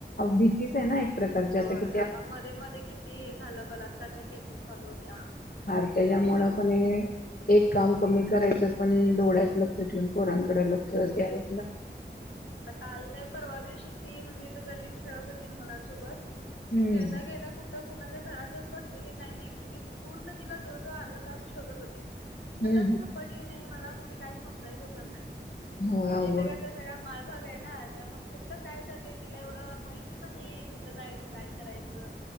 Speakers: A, on the left; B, on the left.
A: भीतीच आहे ना एक प्रकारची
B: होय
A: की त्या
B: आता मध्ये मध्ये किती हे झालं बलात्काराचे केसेस चालू होत्या
A: फार त्याच्या मुळं
B: शेवट
A: पण एक काम कमी करायचं पण डोळ्यात लक्ष ठेऊून पोरांनकडे लक्ष
B: हम्म
A: द्यावचं लागतं
B: आता काल काय परवा दिवशीच ती म्हणजे इथं गल्लीत खेळत होती मुलांनसोबत
A: हम्म
B: खेळता खेळता कुठ कुणाच्या घरात जाऊन बसलेली काय माहिती मी पूर्ण तिला जवळ जवळ अर्धा तास तास शोधत होते कुठं
A: हम्म
B: सापडली नाही मला म्हणजे काय समजायचं बंद
A: होय
B: म्हणजे
A: आवड
B: इथं कसं सगळं माळ भाग हाय ना त्यामूळ मग कुठं काय जातय तिला एवढं माहिती पण नाहीये कुठं जायचं काय करायचं